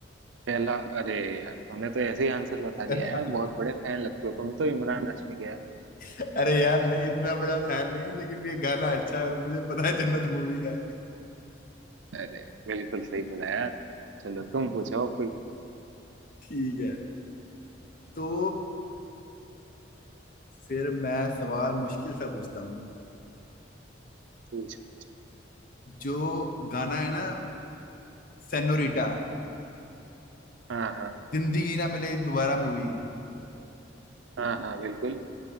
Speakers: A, on the right; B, on the left.
A: पहला अरे यार तुमने तो ऐसे ही आंसर बता
B: <laughs>
A: दिया यार बहुत बड़े फैन लगते हो तुम तो इमरान हाशमी के यार
B: अरे यार नहीं इतना बड़ा फैन नहीं हूँ लेकिन ये गाना अच्छा है और मुझे पता है जन्नत मूवी का है
A: अरे बिल्कुल सही बोला यार चलो तुम पूछो अब कोई
B: ठीक है तो फिर मैं सवाल मुश्किल सा पूछता हूँ
A: पूछो पूछो
B: जो गाना है ना सेनोरिटा
A: हाँ हाँ
B: जिंदगी ना मिले दोबारा मूवी है
A: हाँ हाँ बिल्कुल